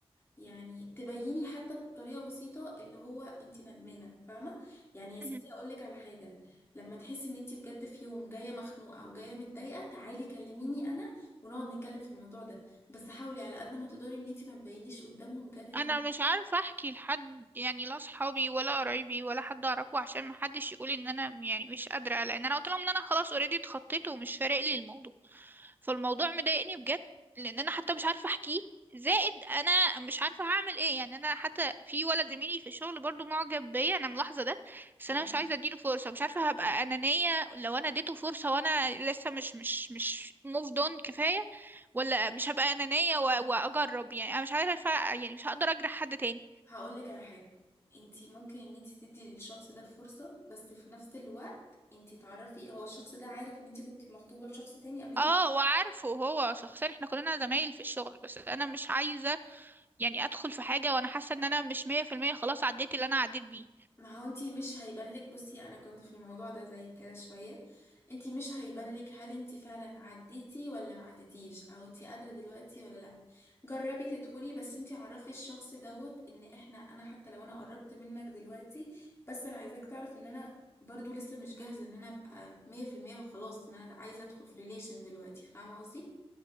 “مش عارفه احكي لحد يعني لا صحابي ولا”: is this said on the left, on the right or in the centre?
Right